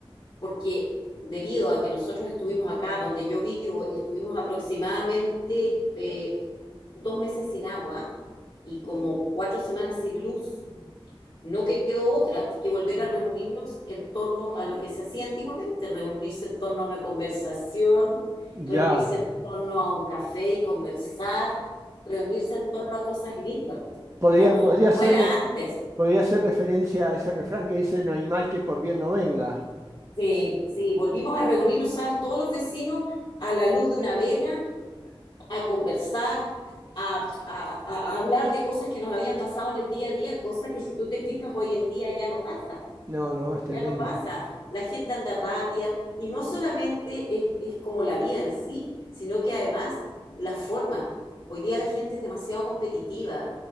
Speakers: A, on the left; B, on the right.
A: porque debido a que nosotros estuvimos acá, donde yo vivo, estuvimos aproximadamente eh, dos meses sin agua y como cuatro semanas sin luz, no quedó otra que volver a reunirnos en torno a lo que se hacía antiguamente, reunirse en torno a una conversación,
B: ya.
A: reunirse en torno a un café y conversar, reunirse en torno a cosas lindas,
B: Podría,
A: como,
B: podría
A: como
B: ser,
A: era
B: re-
A: antes.
B: podría ser referencia a ese refrán que dice, no hay mal que por bien no venga.
A: Sí, sí, volvimos a reunirnos, ¿sabes? Todos los vecinos a la luz de una vela, a conversar, a, a, a hablar de cosas que nos habían pasado en el día a día, cosas que si tú te fijas hoy en día ya no pasa
B: No, no, es tremendo.
A: ya no pasa. La gente anda rápida y no solamente es, es como la vida en sí, sino que además las formas. Hoy día la gente es demasiado competitiva.